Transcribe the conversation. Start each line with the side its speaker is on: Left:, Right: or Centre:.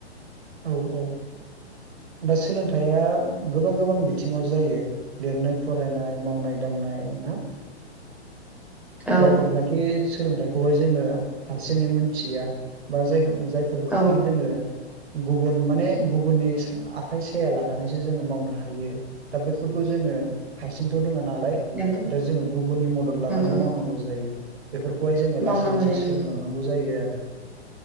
Right: औ औ दा सोलोंथाइया गोबां गोबां बिथिङाव जायो। लिरनाय फरायनाय, मावनाय दांनाय ना
Centre: औ
Right: जायफोरनाखि सोलोंथाइखौहाय जोङो हारसिङै मोनथिया। बा जाय जाय फोरफोरखौखि
Centre: औ
Right: जोङो गुबुन माने गुबुननि आखाइ साया लानानैसो जोङो मावनो हायो। दा बेफोरखौ जोङो हारसिंथ' रोङा नालाय
Centre: नंगौ
Right: दा जोङो गुबुननि मदद लानानै
Centre: नंगौ
Right: मावनांगौ जायो। बेफोरखौहाय जोङो
Centre: मावनांगौ
Right: लासै लासै
Centre: जायो
Right: सोलोंलांनांगौ जायो आरो।